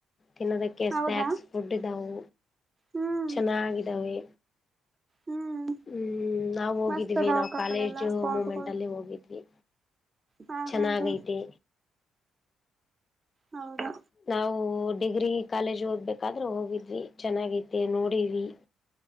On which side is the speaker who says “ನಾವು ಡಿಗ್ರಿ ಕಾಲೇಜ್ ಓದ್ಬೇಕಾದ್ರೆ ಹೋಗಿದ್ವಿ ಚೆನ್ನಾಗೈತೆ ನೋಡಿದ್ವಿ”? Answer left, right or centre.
Left